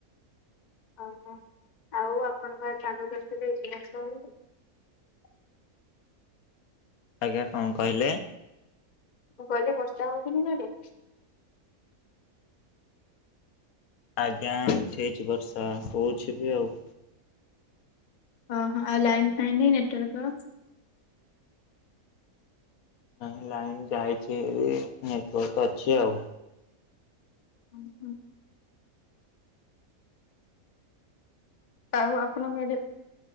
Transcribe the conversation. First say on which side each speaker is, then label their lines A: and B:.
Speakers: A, on the left (about 40°); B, on the left (about 80°).
A: ଓହୋ ଆଉ ଆପଣଙ୍କ ତାଙ୍କ <unintelligible> <inaudible>
B: ଆଜ୍ଞା କଣ କହିଲେ?
A: ମୁଁ କହିଲେ ବର୍ଷାହଉଚି କି ସିଆଡେ?
B: ଆଜ୍ଞା ଉଠେଇଛି ବର୍ଷା ହଉଛି ବି ଆଉ।
A: ଓ ହୋ ଆଉ ଲାଇନ୍ ଫାଇନ ନେଟୱର୍କ?
B: ନାଇଁ ଲାଇନ ଯାଇଛି ଏ ନେଟୱାର୍କ ଅଛି ଆଉ।
A: ହଁ ହୁଁ। ଆଉ ଆପଣ ଆଡେ